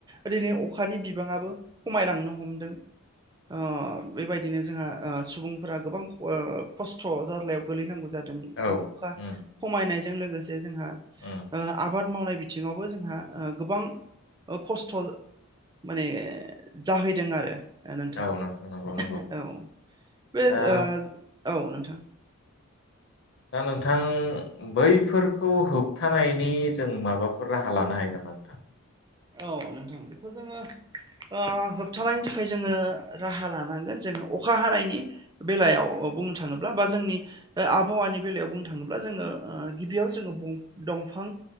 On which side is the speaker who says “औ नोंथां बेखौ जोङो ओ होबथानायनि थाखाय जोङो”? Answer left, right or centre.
Right